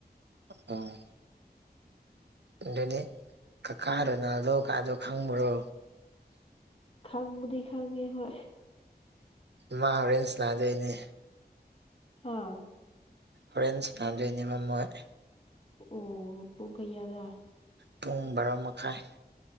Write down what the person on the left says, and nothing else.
ꯈꯪꯕꯗꯤ ꯈꯪꯉꯦ ꯍꯣꯏ
ꯑꯥ
ꯑꯣ ꯄꯨꯡ ꯀꯌꯥꯗ